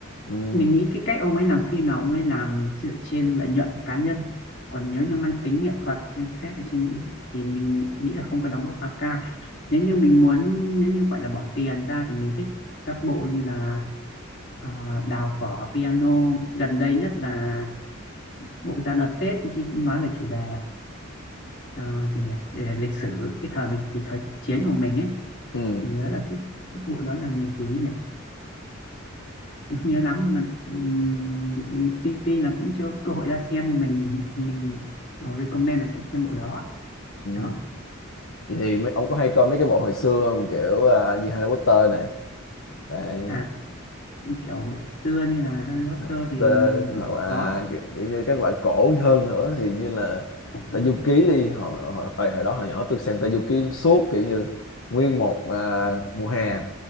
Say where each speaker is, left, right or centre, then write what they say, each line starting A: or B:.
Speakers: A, on the left; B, on the left.
A: ừ,
B: mình nghĩ cái cách ông ấy làm phim là ông ấy làm dựa trên lợi nhuận cá nhân còn nếu như mang tính nghệ thuật hay xét ở trên thì mình nghĩ là không có đóng góp quá cao nếu như mình muốn nếu như gọi là bỏ tiền ra thì mình thích các bộ như là ờ, đào phở piano gần đây nhất là Bộ ra đợt Tết khi nói về chủ đề ờ, gì nhỉ về lịch sử cái thời mình cái thời chiến của mình ấy
A: ừ,
B: mình nhớ là cái cái bộ đó là người gì nhỉ mình không nhớ lắm nhưng mà ừm, tuy tuy là cũng chưa có cơ hội ra xem nhưng mình mình ờ, recommend là sẽ xem bộ đó
A: ừ.
B: đó
A: Vậy thì mấy, ông có hay coi mấy cái bộ hồi xưa không kiểu à, như Harry Potter này đấy
B: à kiểu bộ xưa như là Harry Potter
A: hoặc là
B: thì
A: tê
B: mình cũng
A: hoặc là
B: có
A: kiểu kiểu như các loại cổ hơn nữa thì như là
B: cũng
A: Tây
B: có.
A: Du Ký đi hoặc là hồi, hồi hồi đó hồi nhỏ tôi xem Tây Du Ký suốt kiểu như nguyên một à, mùa hè